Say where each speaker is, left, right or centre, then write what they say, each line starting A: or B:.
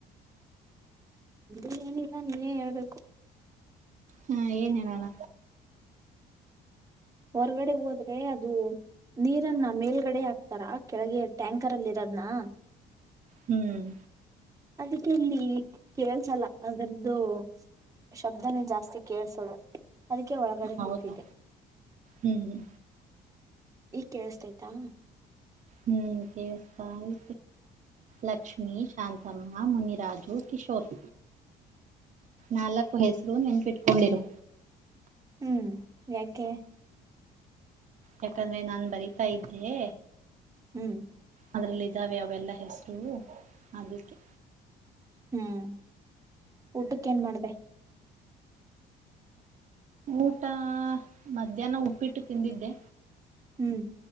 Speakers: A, on the right; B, on the right.
A: ಅ ಏನಿಲ್ಲ ನೀವೇ ಹೇಳ್ಬೇಕು
B: ಹಾ ಏನ್ ಹೇಳನೋಣ
A: ಹೊರಗಡೆ ಹೋದ್ರೆ ಅದು ನೀರನ್ನ ಮೇಲ್ಗಡೆ ಹಾಕ್ತಾರಾ ಕೆಳಗೆ ಟ್ಯಾಂಕರ್ ಅಲ್ಲಿ ಇರೋದ್ನಾ
B: ಹ್ಮ್
A: ಅದಕ್ಕೆಲ್ಲಿ ಕೇಳ್ಸಲ್ಲ ಅದರ್ದು ಶಬ್ದನೇ ಜಾಸ್ತಿ ಕೇಳಸೋದು ಅದಕ್ಕೆ ಒಳಗಡೆ
B: ಹೌದಾ
A: ಕೂತಿದೆ
B: ಹ್ಮ್
A: ಈಗ್ ಕೇಳಸ್ತೈತಾ
B: ಹ್ಮ್ ದೇವೇಶಪಾಲ ಲಕ್ಷ್ಮೀ ಶಾಂತಮ್ಮ ಮುನಿರಾಜು ಕಿಶೋರ್ ನಾಲ್ಕು ಹೆಸರು ನೆನಪಿಟ್ಕೋ ಕುಂದಿರು
A: ಹ್ಮ್ ಯಾಕೆ
B: ಯಾಕಂದ್ರೆ ನಾನ್ ಬರೀತಾ ಇದ್ದೆ
A: ಹ್ಞೂ
B: ಅದ್ರಲ್ಲಿ ಇದ್ದಾವೆ ಅವೆಲ್ಲಾ ಹೆಸರು ಅದಕ್ಕೆ
A: ಹ್ಮ್ ಊಟಕ್ಕೆ ಏನ್ ಮಾಡದೇ
B: ಊಟ ಮಧ್ಯಾಹ್ನ ಉಪ್ಪಿಟ್ಟು ತಿಂದಿದ್ದೆ
A: ಹ್ಮ್